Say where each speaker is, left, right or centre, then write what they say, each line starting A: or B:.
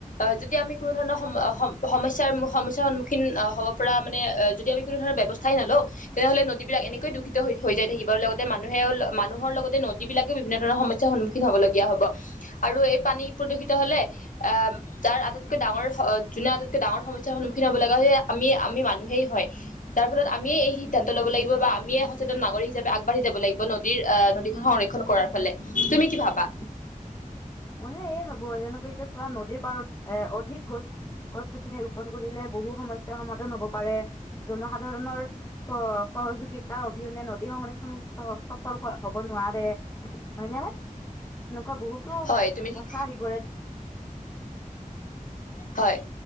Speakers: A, on the left (about 65°); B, on the left (about 20°).
A: যেতিয়া আমি কোনো ধৰণৰ সম, সমস্যাৰ, সমস্যাৰ সন্মুখীন হ'ব পৰা মানে, যদি আমি কোনো ধণৰ ব্যৱস্থা নলওঁ। তেনেহ'লে নদীবিলাক এনেকয়ে দূষিত হৈ, হৈ যায় থাকিব, আৰু লগতে মানুহে, মানুহৰ লগতে নদীবিলাকো বিভিন্ন ধৰণৰ সমস্যা সন্মুখীন হবলগীয়া হ'ব, আৰু এই পানী প্ৰদূষিত হ'লে, আহ তাৰ আটাইতকৈ ডাঙৰ, যোনে আটাইতকৈ ডাঙৰ সমস্যাৰ সন্মুখীন হ'ব লগা হৈছে, আমি, আমি মানুহেই হয়। যাৰ ফলত আমিয়ে এই সিদ্ধ্ত লব লাগিব, বা আমিয়ে সচেতন নাগৰিক হিচাপে আগবঢ়ি যাব লাগিব ন নদীৰ, নদীখন সংৰক্ষণ কৰাৰ ফালে, তুমি কি ভাবা?
B: মইয়ু এয় ভাবো, যেনেকৈ এতিয়া চোৱা, নদীৰ পাৰত এ অধিক গছ গছ-গছনি ৰোপন কৰিলে বহু সমস্যা সমাধান হ'ব পাৰে। জনসাধাৰণৰ সহযোগিতাৰ অবিহনে নদী সংৰক্ষণ সফল হ'ব নোৱাৰে, হয় নে, এনেকুৱা বহুতো
A: হয় তুমি ঠিক
B: কথা আহিপৰে।
A: হয়,